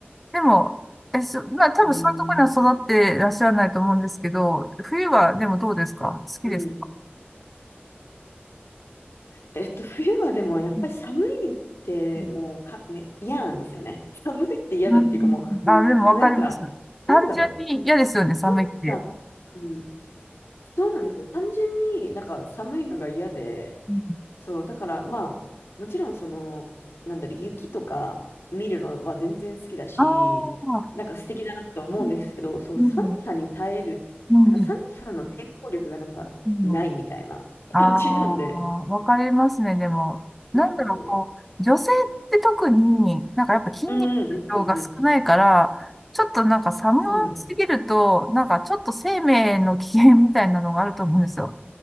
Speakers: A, in the centre; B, on the left.
A: でも、え、そ、まあ多分そういうところには育っていらっしゃらないと思うんですけど、
B: うーん。
A: 冬はでもどうですか好きですか
B: うん。えっと、冬はでもやっぱり寒いってもうか、
A: うん、うん
B: ね、嫌なんですよね。<laughs> 寒いって嫌だっていうかもう、
A: うんあ、
B: うんなんか、
A: でもわかります。単純に嫌ですよね、
B: なんだろう。
A: 寒いって。
B: 寒さ、うん。そうなんですよ。単純になんか寒いのが嫌で、
A: うん、
B: そう、だからまあ、もちろんその、なんだろう、雪とか見るのは全然好きだし、
A: ああ、
B: なんか素敵だなと思うんですけど、
A: うん、
B: そう、
A: うん、
B: 寒さに耐える、
A: うん、
B: なんか寒さの抵抗力がなんかないみたいな感じなんで。
A: うん。ああ、わかりますね。でも、なんだろう、
B: そ
A: こう、女性って特に、なんかやっぱ筋肉量が少ないから、
B: ううんうんうんうん。
A: ちょっとなんか寒すぎると、
B: そうなんです。
A: なんかちょっと生命の危険みたいなのがあると思うんですよ。